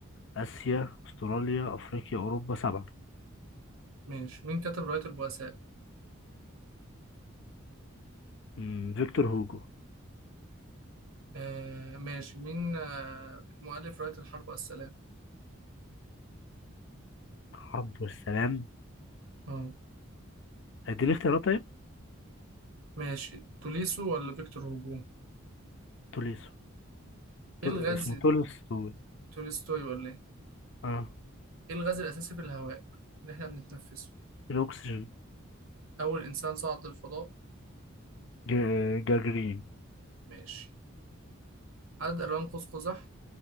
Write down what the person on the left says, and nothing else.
اسيا استراليا افريقيا اوروبا سبعه
مم، فيكتور هوجو
حرب والسلام
اديني اختيارات طيب
توليسو
تو-
اسمه تولستوي
اه
الأكسجين
جا- جاجرين